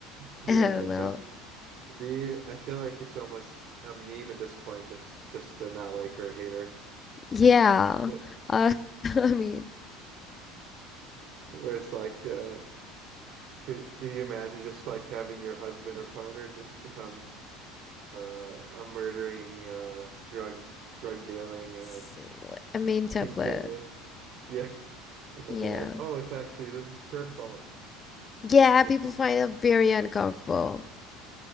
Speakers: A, on the right (about 55°); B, on the left (about 30°).
A: yeah.
B: I don't know.
A: No, the I feel like it's almost a meme at this point, just just to not like her, or hate her.
B: Yeah.
A: Yeah,
B: Uh, <laughs> I mean,
A: where it's like uh, Could you imagine just like having your husband or partner just become uh, a murdering uh, drug drug dealing uh,
B: it's a meme template.
A: kingpin? Yeah. <laughs> Yeah. And then
B: Yeah.
A: they're like, "Oh, it's actually her fault
B: Yeah,
A: that
B: people
A: she."
B: find it very uncomfortable.